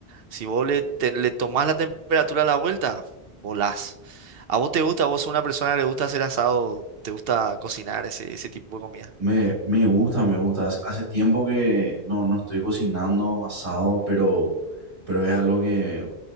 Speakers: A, on the right; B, on the right.
A: Si vos le, te- le tomás la temperatura a la vuelta, volás. ¿A vos te gusta? ¿Vos sos una persona que le gusta hacer asado? ¿Te gusta cocinar ese, ese tipo de comida?
B: Me, me gusta, me gusta. Hace hace tiempo que no, no estoy cocinando asado, pero, pero es algo que